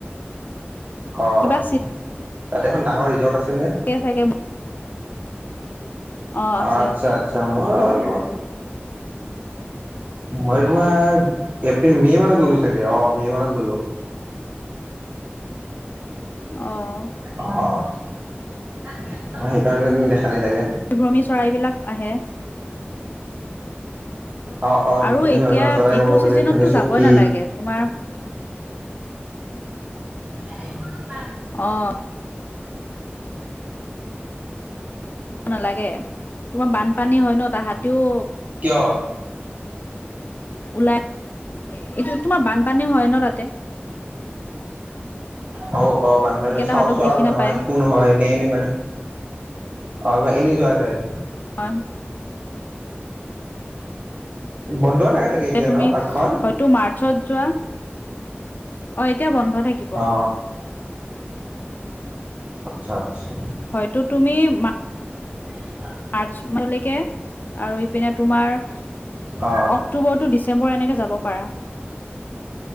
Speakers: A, on the right (about 40°); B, on the left (about 45°).
A: অ',
B: কিবা
A: তাত এখন ডাঙৰ ৰিজৰ্ট আছে যে।
B: আছে চাগে অ আছে
A: আচ্ছা
B: আছে
A: আচ্ছা, মইয়ো মই তোমাৰ, এপ্ৰিল মে মানত গ'লো চাগে। অ' মে মানত গ'লো।
B: অ',
A: অ', সেইকাৰণে তুমি দেখা নাই চাগে।
B: পৰিভ্ৰমী চৰাইবিলাক আহে।
A: অ অ
B: আৰু
A: বিভিন্ন
B: এতিয়া,
A: ধৰণৰ চৰাই
B: এইটো
A: ক'ব গ'লে
B: ছিজনতো
A: ধনী চকী
B: যাবই নালাগে। তোমাৰ
A: সেইখন পাত
B: অ', নালাগে, তোমাৰ বানপানী হয় ন', তাহাঁতিও
A: কিয়?
B: ওলাই, এইটো তোমাৰ বানপানী হয় ন' তাতে।
A: অ'অ', বানপানী
B: তাকে
A: মানে চা
B: তাহাঁতক
A: চোৱা
B: দেখি
A: নহয়,
B: নাপায়
A: একো নহয়। এনে এনে মানে অ', মানে এনেই যোৱা যায়।
B: হয়।
A: বন্ধও থাকে চাগে এতিয়া
B: যে তুমি
A: ন পাৰ্কখন
B: হয়তো মাৰ্চত যোৱা অ এতিয়া বন্ধ থাকিব।
A: অ আচ্ছা! আচ্ছা!
B: হয়তো তুমি মা
A: <inaudible>
B: মাৰ্চ মাহলৈকে আৰু ইপিনে তোমাৰ আ
A: অ
B: অক্টোৰটো ডিচেম্বৰ এনেকৈ যাব পাৰা।